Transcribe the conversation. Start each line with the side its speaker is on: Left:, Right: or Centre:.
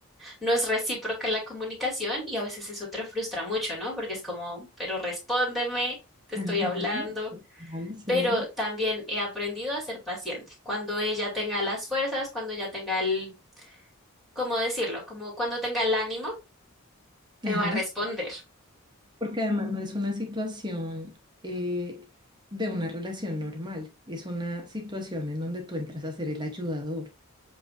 Centre: no es recíproca la comunicación y a veces eso te frustra mucho, ¿no? Porque es como, pero respóndeme, te estoy
Right: Ajá,
Centre: hablando.
Right: vale, sí.
Centre: Pero también he aprendido a ser paciente. Cuando ella tenga las fuerzas, cuando ella tenga el, ¿cómo decirlo? Como cuando tenga el ánimo, me
Right: Ajá,
Centre: va a responder.
Right: sí, porque además no es una situación eh, de una relación normal, es una situación en donde tú entras a ser el ayudador.